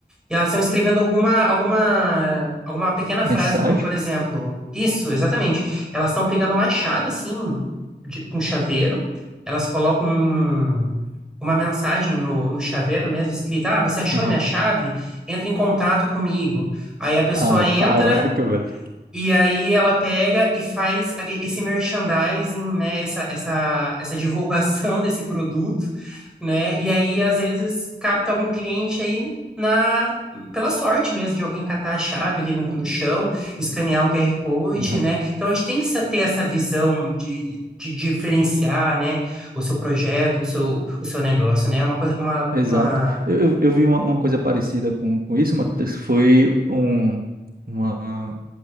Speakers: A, in the centre; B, on the right.
A: E elas estão escrevendo alguma, alguma, alguma pequena frase,
B: Mensagem?
A: como por exemplo, isso, exatamente. Elas estão pegando uma chave, assim, de- com chaveiro, elas colocam um- uma mensagem no, no chaveiro mesmo, escrita, ah, você achou
B: Aham.
A: a minha chave? Entre em contato comigo. Aí a pessoa
B: Ah,
A: entra
B: caraca, velho.
A: e aí ela pega e faz a- esse merchandising, né? Essa, essa, essa divulgação <laughs> desse produto, né? E aí, às vezes, capta algum cliente aí na, pela sorte mesmo, de alguém catar a chave ali no, no chão, escanear o QR Code,
B: Aham,
A: né? Então, a gente tem que sa- ter essa visão de, de diferenciar, né? O seu projeto, o seu, o seu negócio, né? É uma coisa, uma,
B: Exato.
A: uma...
B: Eu, eu, eu vi uma, uma coisa parecida com, com isso, Matheus. Foi um, uma,